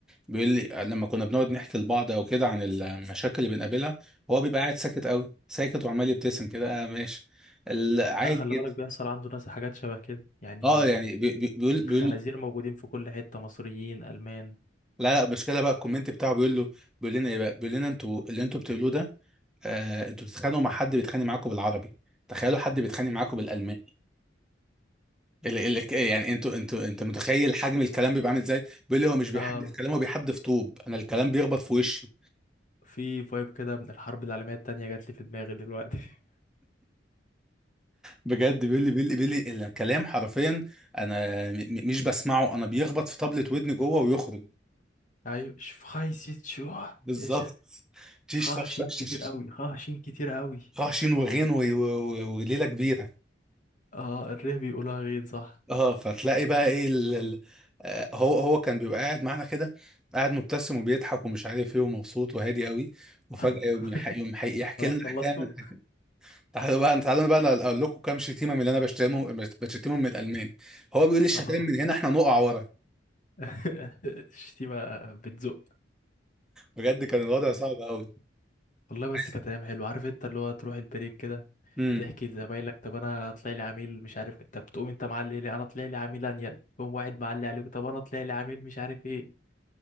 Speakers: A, in the centre; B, on the left.
A: بيقول لي آه، لما كنا بنقعد نحكي لبعض او كده عن المشاكل اللي بنقابلها هو بيبقى قاعد ساكت قوي ساكت وعمال يبتسم كده آه ماشي ال- عادي
B: لا خلي
A: جدا
B: بالك بيحصل عنده ناس حاجات شبه كده يعني
A: اه يعني بي- بي- بيقول بيقول
B: الخنازير موجودين في كل حتة مصريين ألمان
A: لا لا المشكله بقى الكومنت بتاعه بيقول له بيقول لنا ايه بقى بيقول لنا انتوا اللي انتوا بتقولوه ده آه انتوا بتتخانقوا مع حد بيتخانق معاكم بالعربي تخيلوا حد بيتخانق معاكم بالالماني ال ال يعني انتوا انتوا انت متخيل حجم الكلام بيبقى عامل ازاي بيقول لي هو مش بيحدف
B: اه
A: كلام هو بيحدف طوب انا الكلام بيخبط في وشي
B: في فايب كده من الحرب العالمية التانية جات لي في دماغي دلوقتي <laughs>
A: بجد بيقول لي بيقول لي بيقول لي الكلام حرفيا انا م- م- مش بسمعه انا بيخبط في طبلة ودني جوه ويخرج
B: أيوة شفايسيت شو
A: بالظبط
B: إيش
A: تيش
B: خاشيت
A: تش تش
B: كتير
A: تش تش.
B: أوي خاشين كتير أوي
A: خاشين وغين و- و- و- وليله كبيره
B: آه الره بيقولها غين صح
A: اه فتلاقي بقى ايه ال ال آه، هو هو كان بيبقى قاعد معانا كده قاعد مبتسم وبيضحك ومش عارف ايه ومبسوط وهادي قوي وفجأة
B: <laughs>
A: يقوم يح- يقوم حي- يحكي
B: خلاص
A: لنا
B: خلصتوا
A: حكاية تعالوا بقى تعالوا بقى اقول لكم كام شتيمه من اللي انا بشتمهم بشتمهم من الالمان هو بيقول لي الشتايم
B: آه
A: من هنا احنا نقع ورا
B: <laughs> الشتيمة بتزق
A: بجد كان الوضع صعب قوي
B: والله بس
A: عايز
B: كانت ايام حلوه عارف انت اللي هو تروح البريك كده
A: امم
B: تحكي لزمايلك طب انا طلع لي عميل مش عارف طب تقوم انت معلي لي انا طلع لي عميل انيل تقوم واحد معلي عليك طب انا طلع لي عميل مش عارف ايه